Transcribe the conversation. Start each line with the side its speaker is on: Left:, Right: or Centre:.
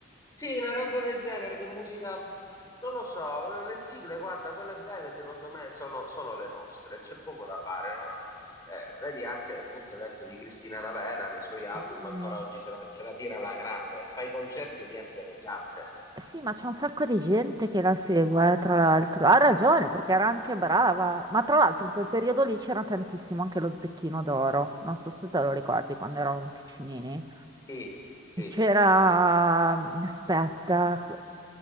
Left: Sì, una roba del genere, che musica, non lo so, le sigle, guarda, quelle belle secondo me sono, sono le nostre, c'è poco da fare, no? Eh, vedi anche appunto hai detto di Cristina D'Avena nei suoi album,
Right: Sì,
Left: ancora oggi se la, se la tira alla grande, fa i concerti, riempie le piazze.
Right: Sì, ma c'è un sacco di gente che la segue, eh, tra l'altro. Ha ragione, perché era anche brava. Ma tra l'altro in quel periodo lì c'era tantissimo anche lo Zecchino d'Oro. Non so se te lo ricordi quando eravamo piccinini.
Left: Sì, sì,
Right: C'era, aspetta,